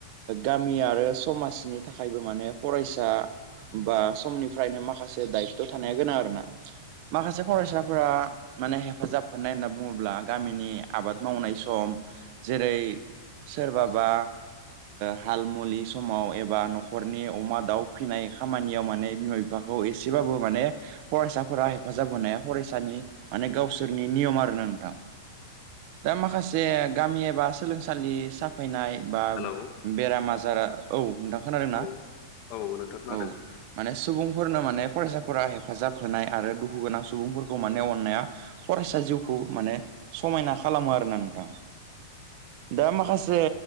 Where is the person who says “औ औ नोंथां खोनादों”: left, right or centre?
Left